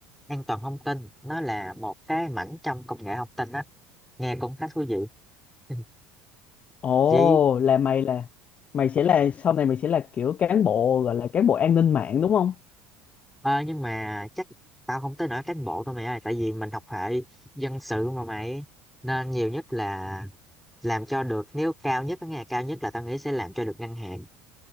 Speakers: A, in the centre; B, on the left.
A: an toàn thông tin, nó là một cái mảnh trong công nghệ thông tin á, nghe cũng khá thú vị. <laughs>
B: Ồ
A: Chỉ
B: là mày là mày sẽ là sau này mày sẽ là kiểu cán bộ gọi là cán bộ an ninh mạng đúng không?
A: ờ, nhưng mà chắc tao không tới nỗi cán bộ đâu mày ơi, tại vì mình học hệ dân sự mà mày nên nhiều nhất là làm cho được nếu cao nhất cái ngày cao nhất là tao nghĩ sẽ làm cho được ngân hàng